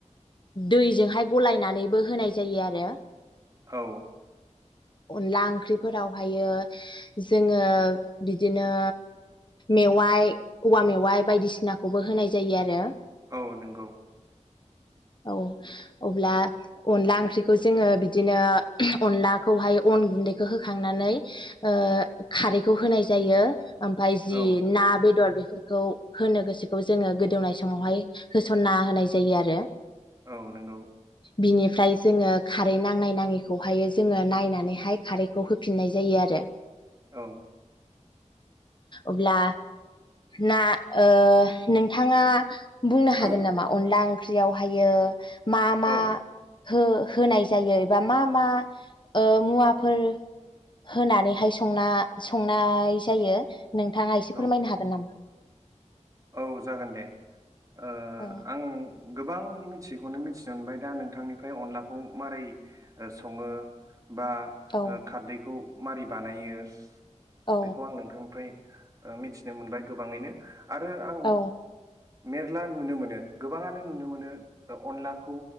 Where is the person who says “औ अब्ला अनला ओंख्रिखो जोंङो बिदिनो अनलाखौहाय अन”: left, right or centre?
Left